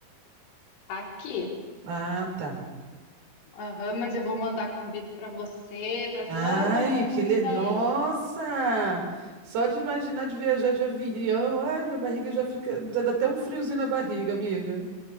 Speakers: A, on the left; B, on the right.
A: Aqui.
B: Ah, tá.
A: Aham, mas eu vou mandar convite para você, para
B: Ai,
A: todo mundo
B: que le...
A: daí.
B: Nossa! Só de imaginar de viajar de avião, ai, minha barriga já fica, dá dá até um friozinho na barriga, amiga.